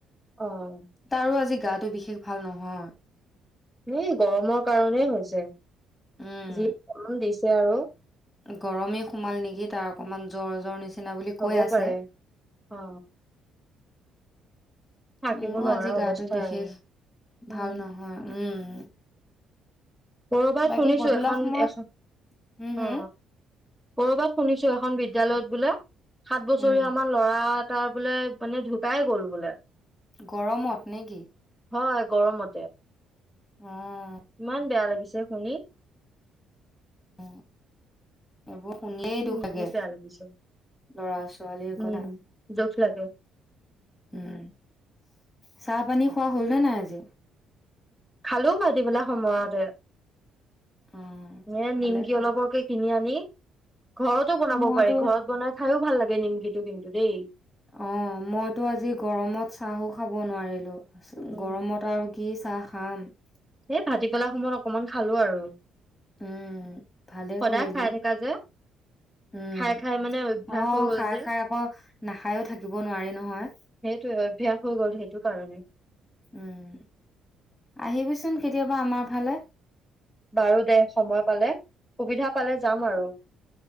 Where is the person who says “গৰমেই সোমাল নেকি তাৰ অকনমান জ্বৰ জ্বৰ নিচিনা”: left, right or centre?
Left